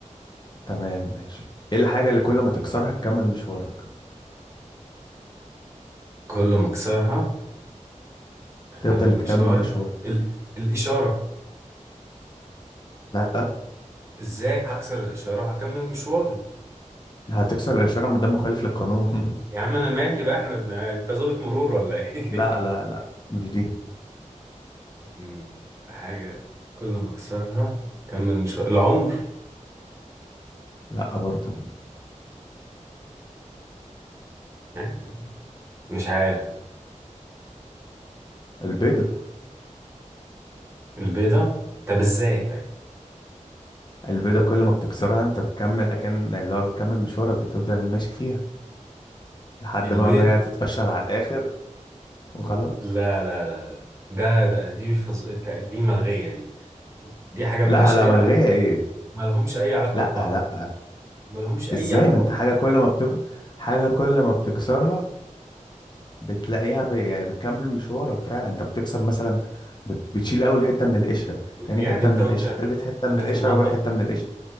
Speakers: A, on the left; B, on the right.
A: تمام ماشي ايه الحاجة اللي كل ما تكسرها تكمل مشوارك
B: كل ما اكسرها اكمل
A: تفضل
B: مشواري
A: تكمل مشوارك
B: ال... الاشارة
A: لا
B: ازاي هكسر الاشارة وهكمل مشواري
A: هتكسر الإشارة ما دام مخالف للقانون <laughs>
B: يا عم انا مالي بقى احنا بن... انت ظابط مرور ولا ايه
A: لا لا
B: <laughs>
A: لا مش دي
B: أمم، حاجة كل ما اكسرها اكمل مشواري العمر
A: لا برضه
B: يعني مش عارف
A: البيضة
B: البيضة طب ازاي طيب
A: البيضة كل ما بتكسرها انت بتكمل اكن اللي هو بتكمل مشوارك بتفضل ماشي فيها لحد
B: البيض
A: ما ما هي تتقشر على الاخر وخلاص
B: لا لا لا لا. ده, ده دي مش فز... الت- دي ملغية دي دي حاجة ملهاش
A: لا لا
B: أي
A: ملغيها
B: علاقة
A: ايه
B: ملهمش أي علاقة
A: لا
B: ببعض
A: لا
B: ملهمش أي
A: ازاي
B: علاقة
A: ما انت
B: ببعض
A: حاجة كل ما بتف... حاجة كل ما بتكسرها بتلاقيها ب... يعني بتكمل مشوارك فعلا انت بتكسر مثلا بت... بتشيل اول حتة من القشرة
B: يعني
A: تاني حتة
B: أنت
A: من
B: وأنت
A: القشرة تالت حتة
B: وأنت
A: من القشرة
B: في المطبخ
A: رابع حتة من القشرة